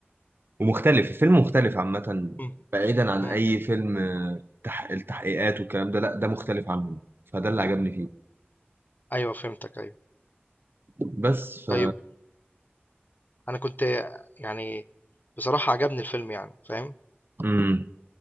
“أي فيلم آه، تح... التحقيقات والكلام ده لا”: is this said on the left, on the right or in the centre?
Right